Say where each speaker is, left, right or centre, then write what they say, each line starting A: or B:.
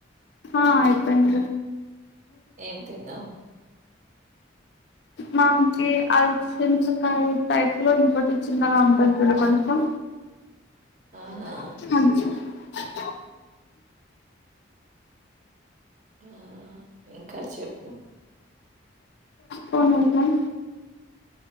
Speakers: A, on the left; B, on the right.
A: ఆా ఆయి పంజ
B: ఏం తన్నా
A: మాకి అల్సిమ్సకాయ టైప్ లో ఇంకోటి చిన్నగా ఉంటుంది చడ కొంచెం
B: ఆహా
A: అ
B: ఆ ఇంకా చెప్పు
A: పనంటం